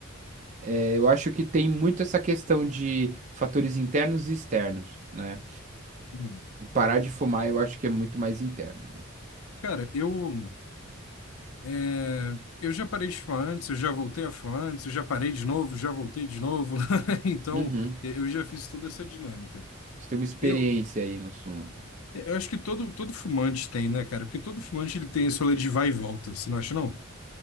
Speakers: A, on the right; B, on the left.
A: eh, eu acho que tem muito essa questão de fatores internos e externos, né?
B: Uhum.
A: Parar de fumar eu acho que é muito mais interno, né?
B: Cara, eu, é, eu já parei de fumar antes, eu já voltei a fumar antes, eu já parei de novo, já voltei de novo. <laughs> Então,
A: Uhum.
B: eu já fiz toda essa dinâmica.
A: Você tem uma experiência
B: Eu,
A: aí no assunto.
B: É, Eu acho que todo, todo fumante tem, né, cara? Porque todo fumante ele tem esse rolê de vai e volta, você não acha, não?